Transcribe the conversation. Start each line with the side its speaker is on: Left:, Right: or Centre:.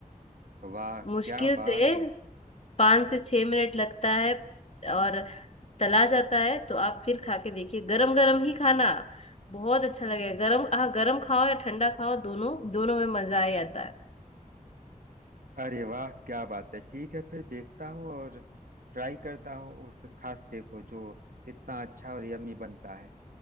Right: वाह
Left: मुश्किल
Right: क्या बात
Left: से
Right: है
Left: पाँच से छह मिनट लगता है और तला जाता है तो आप फिर खा के देखिए गरम गरम ही खाना बहुत अच्छा लगेगा गरम हाँ गरम खाओ या ठंडा खाओ दोनों दोनों में मजा ही आता है
Right: अरे वाह क्या बात है ठीक है फिर देखता हूँ और ट्राई करता हूँ उस खास्ते को जो इतना अच्छा और यम्मी बनता है